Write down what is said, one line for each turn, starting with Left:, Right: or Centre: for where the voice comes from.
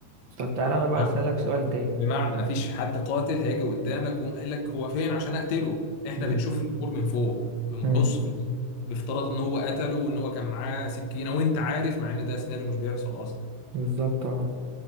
Right: طب تعالى انا
Left: بمعنى
Right: بقى اسالك سؤال تاني
Left: بمعنى مفيش حد قاتل هيجي قدامك ويقوم قايل لك هو فين عشان اقتله احنا
Right: ب...
Left: بنشوف الامور من فوق بنبص
Right: مم.
Left: في ال- بافتراض ان هو قتله وان هو كان معاه سكينه وانت عارف مع ان ده سيناريو مش بيحصل اصلا
Right: بالظبط اه